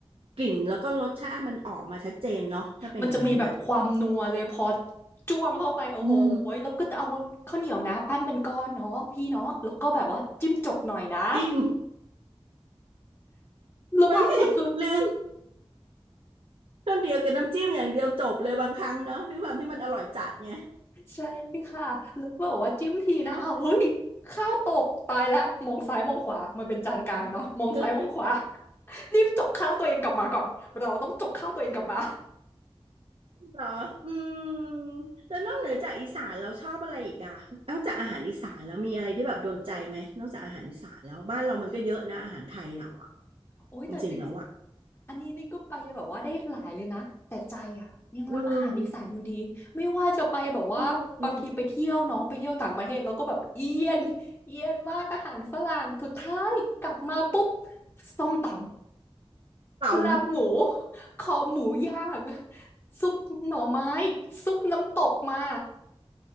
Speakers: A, on the right; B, on the left.
A: กลิ่นแล้วก็รสชาติมันออกมาชัดเจนเนาะถ้าเป็นอย่างนั้นน่ะ
B: มันจะมีแบบความนัวเลยพอจ้วงเข้าไปโอ้โหแล้วก็จะเอาข้าวเหนียวนะปั้นเป็นก้อนเนาะพี่เนาะแล้วก็แบบว่าจิ้มจกหน่อยนะ
A: อืมจิ้ม
B: ระวังสุดคือ
A: บางทีลืมต้นเดียวกับน้ำจิ้มอย่างเดียวจบเลยบางครั้งเนาะด้วยความที่มันอร่อยจัดไง
B: ใช่ค่ะแล้วบอกว่าจิ้มทีนะอ้าวเฮ้ยข้าวตกตายแล้วมองซ้ายมองขวามันเป็นจานกลางอะเนาะมองซ้ายมองขวา
A: เนาะเ
B: <laughs> รีบจกข้าวตัวเองกลับมาก่อน เราต้องจกข้าวตัวเองกลับมา
A: หรออืมแล้วนอกเหนือจากอีสานเราชอบอะไรอีกอะนอกจากอาหารอีสานแล้วมีอะไรที่แบบโดนใจไหมนอกจากอาหารอีสานแล้วบ้านเรามันก็เยอะนะอาหารไทยเราอะ
B: โอ้ยแต่จริง
A: จริงๆแล้วอะ
B: อันนี้นี่ก็ไปแบบว่าได้หลายเลยนะแต่ใจอ่ะยังรักอาหารอีสานอยู่ดีไม่ว่าจะไปแบบว่าบางทีไปเที่ยวเน้องไปเที่ยวต่างประเทศแล้วก็แบบเอียนเอียนมากอาหารฝรั่งสุดท้ายกลับมาปุ๊บ
A: อืม อืม
B: ส้มตำ
A: เต่า
B: ลาบหมูคอหมูย่างซุปหน่อไม้ซุปน้ำตกมา